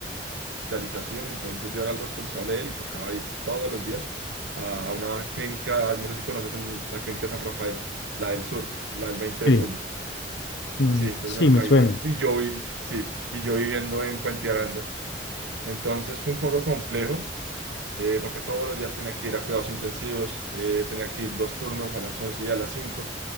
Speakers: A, on the right; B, on the left.
A: hospitalización, entonces yo era el responsable de él y tocaba ir todos los días a una clínica, no sé si conoces el- la clínica San Rafael, la del sur, la del 20 de
B: Sí,
A: julio.
B: mm,
A: Sí, entonces
B: sí,
A: me tocaba
B: me suena.
A: ir. Y yo, vi- sí, y yo viviendo en Puente Aranda. Entonces fue un poco complejo, eh, porque todos los días tenía que ir a cuidados intensivos, eh, tenía que ir dos turnos a las 11 y a las cinco